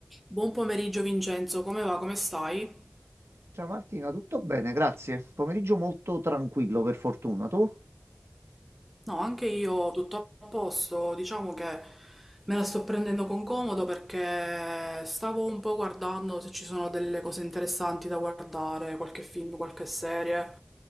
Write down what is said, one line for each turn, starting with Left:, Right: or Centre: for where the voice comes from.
Centre: Buon pomeriggio Vincenzo, come va? Come stai?
Right: Ciao Martina, tutto bene, grazie. Pomeriggio molto tranquillo, per fortuna. Tu?
Centre: No, anche io tutto a posto, diciamo che me la sto prendendo con comodo perché stavo un po' guardando se ci sono delle cose interessanti da guardare, qualche film, qualche serie,